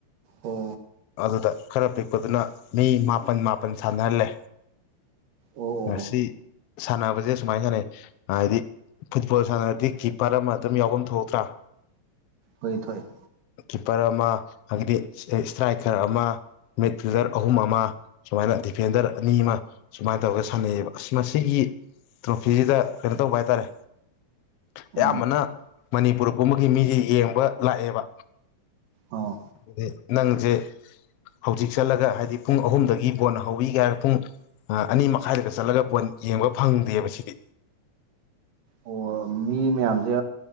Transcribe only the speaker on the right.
ꯑꯣ
ꯑꯣ ꯑꯣ
ꯑꯣ
ꯍꫭꯏ ꯊꫭꯛꯑꯦ
ꯎꯝ
ꯑꯣ
ꯑꯣ ꯃꯤ ꯃꯌꯥꯝꯁꯦ